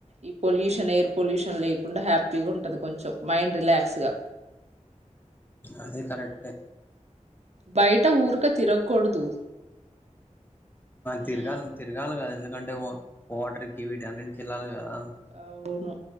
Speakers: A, on the right; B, on the left.
A: ఈ పొల్యూషన్ ఎయిర్ పొల్యూషన్ లేకుండా హ్యాపీగా ఉంటంది కొంచెం మైండ్ రిలాక్స్ గా
B: అదే కరెక్ట్
A: ఉమ్. బయట ఊరుక తిరగకూడదు
B: తిరగా
A: ఉమ్
B: తిరగాలు కద ఎంత ఎందుకంటే వాటర్ కివిటి అన్నికి వెళ్ళాలి కదా
A: అవును